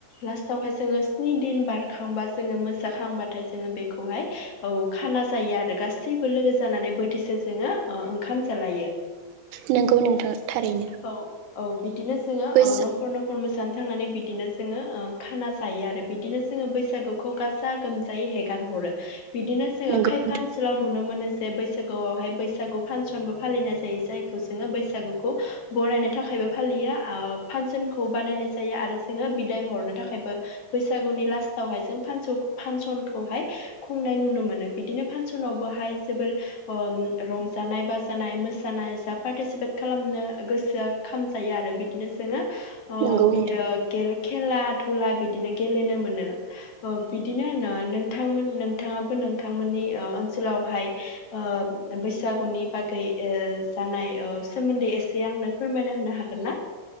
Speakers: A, on the left; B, on the right.
A: लास्टावहाय जोङो स्नि दिन बारखांबा जोङो मोसााखांबाथाय जोङो बेखौहाय औ खाना जायो आरो गासैबो लोगो जानानै बोथिसे जोङो ओंखाम जालायो
B: नंगौ नोंथां थारैनो
A: औ औ बिदिनो जोङो
B: बैसा
A: ओ नखर नखर मोसानो थांनानै बिदिनो जोङो ओ खाना जायो आरो बिदिनो जोङो बैसागुखौ गाजा गोमजायै हेगार हरो बिदिनो जोङो
B: नंगौ
A: खायफा
B: नोंथां
A: ओनसोलाव नुनो मोनो जे बैसागुआवहाय बैसागु फासनबो फालिनाय जायो जायखौ जो ङो बैसागुखौ बरायनो थाखायबो फालियो आ फासनखौ बानायनाय जायो आरो जोङो बिदाय हरनो थाखायबो बैसागुनि लास्तावहाय जों फानसन फांसनखौहाय खुंनाय नुनो मोनो बिदिनो फांसनावबोहाय जोबोर ओ रंजानाय बाजानाय मोसानाय जा थिसिपेत खालामनो गोसो खालाम जायो आरो बिदिनो जोङो
B: नंगौ
A: बियो
B: नोंथां
A: गेले खेला दुला बिदिनो गेलेनो मोन ओ बिदिनो नोंथाङाबो नोंथांमोननि ओनसोलावहाय ओ बैसागुनि बागै ओ जानाय ओ सोमोन्दै एसे आंनो फोरमायना होनो हागोन ना?